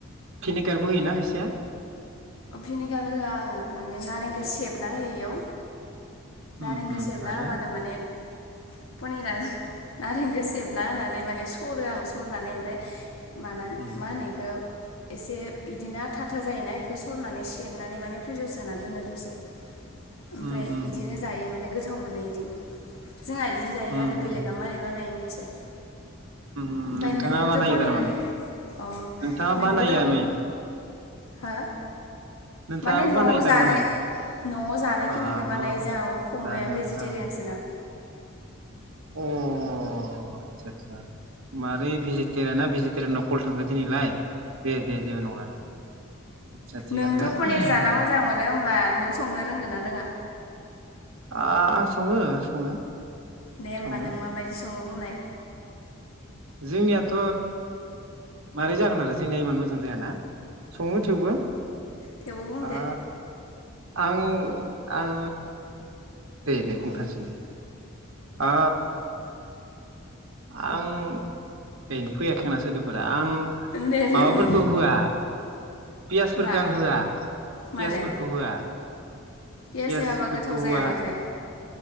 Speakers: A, on the right; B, on the left.
A: <unintelligible> होयोना <unintelligible>
B: भिनेगार होआ आङो माने नारेंखो सेबना होयो इयाव नारेंखो
A: उम उम
B: सेबना
A: आरो
B: हाबानो माने पनिरा नारेंखो सेबना होनानै माने सरो आं सरनानै ओमफ्राय नानान
A: उम
B: मा होनो इखौ एसे बिदिनो आथा आथा जायोना। बेखौ सरनानै सेबनानै माने फ्रिजाव सोना दोनो दसे। ओमफ्राय
A: उम उम
B: बिदिनो जायो माने गोथाव। गोथाव मोनो इदिनो। जोंहा बिदिनो जायो
A: उम
B: आरो
A: उम
B: बेलेगा मारै बानायो मिथिया
A: उम
B: ओमफ्राय
A: नोंथाङा
B: नोंबोथ'
A: बानायो
B: पनिर
A: थारमाने
B: अ
A: नोंथाङा
B: नोंबोथ'
A: बानायो आइ मिन
B: हा?
A: नोंथाङाबो
B: माने न'आव
A: बानायो
B: जानाय
A: थारमाने
B: न'आव जानायखिनिखो
A: आ
B: बानायो
A: न'
B: जोंहाबो फंबाया
A: जानो
B: भेजिटेरियानसो
A: आन्था
B: ना।
A: अ। आतसा आतसा मारै भेजिटेरियाना भेजि सोरनाव कल थाङो दिनैलाय। दे दे जेबो नंला दे आदसा थिगानो
B: नोंथ' पनिर जाना मोजां मोनो होमबा नों संनो रोंगो ना रोङा?
A: आ आं सङो सङो।
B: दे होमबा
A: सङो
B: नों माबायदि सङोब? बुंलाय।
A: जोंनियाथ' मारै जागोन आरो जोंनिया इमान मोजां जायाना? सङो थेवबो
B: थेवबो बुंदो
A: आ आं आं दे दे बुंथारसै
B: उम
A: दे आ आं ओयनो फैयाखैना सोदोब। फोरा आं
B: दे दे
A: माबाफोरखौ
B: बुं
A: होआ। पियासफोरखो
B: मा
A: आं होआ पियासफोरखौ
B: मानो
A: होआ
B: पियास
A: पियासफोरखौ
B: होआबा गोथाव जाया
A: होआ।
B: माथो